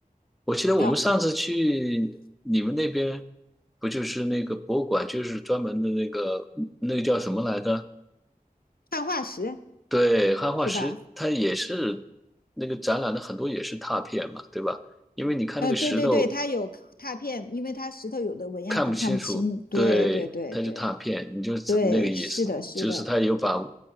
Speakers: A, in the centre; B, on the left (about 75°).
A: 我记得我们上次去你们那边，
B: 啊，
A: 不就是那个博物馆，就是专门的那个那个叫什么来着？
B: 碳化石
A: 对，汉化石，
B: 是吧？
A: 它也是那个展览的很多也是拓片嘛，对吧？因为你看那个石头
B: 呃，对对对，他有拓片，因为他石头有的纹样可能看不清。
A: 看不清楚，
B: 对对对对
A: 对，它就拓片，你就只那个意思，
B: 对，是的，是的，
A: 就是它有把